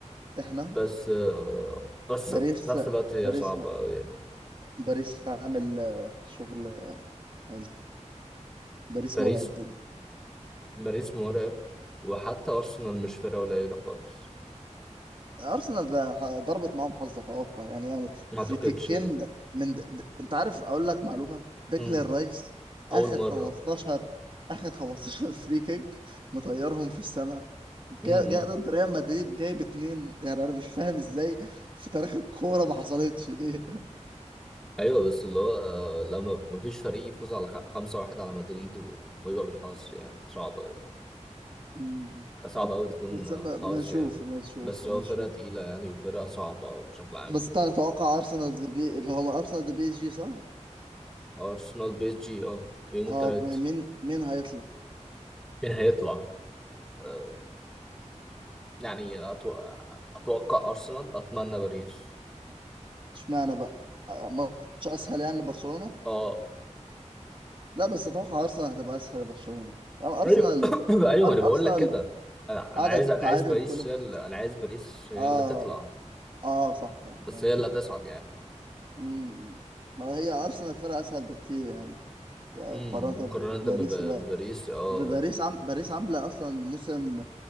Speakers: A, on the right; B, in the centre.
A: احنا
B: بس آه، بس
A: باريس
B: في نفس الوقت هي
A: باريس
B: صعبه قوي يعني
A: باريس عامل آه، شغل عالي باريس
B: باريس
A: مرعب
B: باريس مرعب وحتى أرسنال مش فرقة قليلة خالص
A: ارسنال ضربت معاهم حظ اتوقع يعني يعني
B: ما
A: في
B: أعتقدش
A: كيكين من د... د... انت عارف اقول لك معلومه ديكلان
B: مم.
A: رايس اخر
B: أول مرة
A: 15 اخر 15 فري كيك مطيرهم في السماء
B: مم.
A: جاء جا جا ضد ريال مدريد جايب اتنين يعني انا مش فاهم ازاي في تاريخ الكوره ما حصلتش دي
B: أيوه بس اللي هو آه، لما مفيش فريق يفوز على خ- خمسة واحد على مدريد و- ويبقى بالحظ يعني صعب أوي.
A: <laughs> مم.
B: صعب أوي تكون
A: بس
B: آه،
A: ما
B: حظ
A: ما نشوف
B: يعني
A: ما نشوف
B: بس
A: ما
B: هو
A: نشوف
B: فرقة تقيلة يعني وفرقة صعبة بشكل عام
A: بس انت تتوقع ارسنال دي بي هو ارسنال دي بي جي صح؟
B: أرسنال بي إس جي أه يوم
A: اه
B: التلات
A: مين مين هيطلع؟
B: مين هيطلع؟ آه، يعني أتو... أتوقع أرسنال أتمنى باريس
A: اشمعنى بقى آه، ماتش اسهل يعني لبرشلونه
B: أه
A: لا بس اتوقع ارسنال هتبقى اسهل لبرشلونه يعني ارسنال
B: ايوه <coughs> ايوه
A: أر-
B: انا بقول
A: ارسنال
B: لك كده انا
A: قاعده
B: انا عايز
A: تتعادل
B: انا عايز باريس
A: كل ماتش
B: هي اللي انا عايز باريس هي
A: اه
B: اللي تطلع
A: اه صح صح
B: بس
A: ماشي
B: هي اللي هتصعد يعني
A: امم ما هي ارسنال فرقه اسهل بكتير يعني مقارنه
B: امم مقارنه
A: بباريس
B: بب-
A: الوقت
B: بباريس اه
A: باريس عم... باريس عامله اصلا موسم